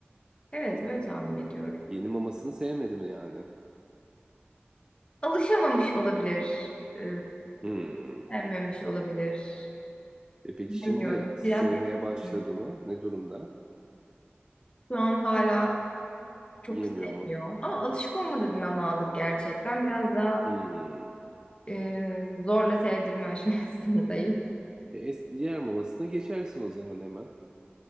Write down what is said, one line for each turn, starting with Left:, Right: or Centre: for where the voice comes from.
Left: Evet öyle tahmin ediyorum.
Right: Yeni mamasını sevmedim yani.
Left: Alışamamış olabilir. Ee,
Right: Hmm.
Left: sevmemiş olabilir.
Right: E peki
Left: Bilmiyorum.
Right: şimdi sevmeye
Left: Biraz iletişim.
Right: başladı mı? Ne durumda?
Left: şu an hala çok
Right: Yemiyor
Left: sevmiyor.
Right: mu?
Left: Ama alışık olmadığı bir mama aldık gerçekten. Biraz daha
Right: Hmm.
Left: e, zorla sevdirme aşamasındayım.
Right: E, es- diğer mamasına geçersin o zaman hemen.